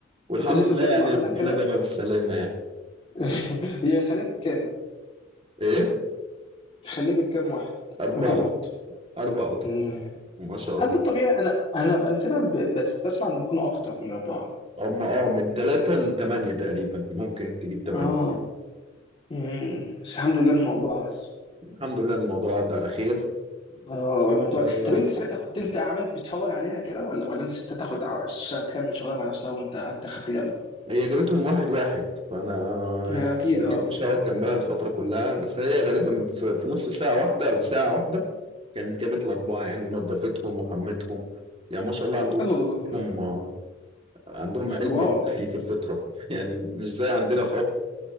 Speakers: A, on the right; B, on the left.
A: والحمد
B: انت لقيته
A: لله
B: بيطلع
A: يعني
B: منها
A: ربنا
B: كده
A: جابها بالسلامه يعني
B: <laughs> هي خلفت كام؟
A: ايه
B: خلفت كام واحد؟
A: اربعه
B: او كام قط؟
A: اربع قطط
B: مم.
A: ما شاء
B: هل
A: الله
B: ده الطبيعي؟ انا انا انا تقريبا ب- بس بسمع انه بيكونوا اكتر من اربعه
A: هم اه من ثلاثة لثمانية تقريبا ممكن تجيب ثمانية
B: اه مم. بس الحمد لله انهم اربعه بس
A: الحمد لله الموضوع عدى على خير
B: اه الموضوع
A: آه،
B: طب انت ساعتها كنت انت عملت بتتفرج عليها كده ولا ولا انت سبتها تاخد ع- اشتغل تكمل شغلها مع نفسها وانت قعدت خدت جنب
A: هي جابتهم واحد واحد فانا
B: ما اكيد
A: اكيد
B: اه
A: مش هقعد جنبها الفتره كلها بس هي غالبا في في نص ساعه واحده او ساعه واحده كانت جابت الاربعه يعني ونظفتهم وحمتهم يعني ما شاء الله عندهم
B: الله
A: فطرتهم
B: الله الله.
A: آه، عندهم علم
B: واو
A: الكافي في الفطره <laughs> يعني مش زي عندنا خالص